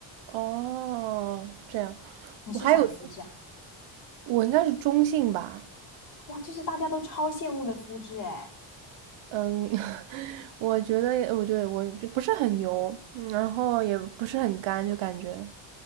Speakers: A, on the right (about 75°); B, on the left (about 50°).
A: 哦，这样，
B: 你是啥肤质啊？
A: 我还有，我应该是中性吧，
B: 哇，这是大家都超羡慕的肤质哎。
A: 嗯，<laughs> 我觉得我觉得我就不是很油，嗯然后也不是很干，就感觉，